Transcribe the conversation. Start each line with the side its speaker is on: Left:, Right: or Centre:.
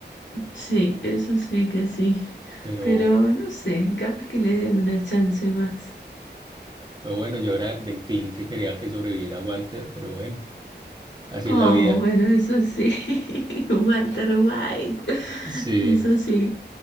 Left: Sí, eso sí que sí.
Right: Pero,
Left: Pero no sé, capaz que le dé una chance más.
Right: pero bueno, yo era del team que quería que sobreviviera Walter, pero bueno, así
Left: Oh,
Right: es la vida.
Left: bueno, eso sí, <laughs> Walter White,
Right: Sí,
Left: eso sí.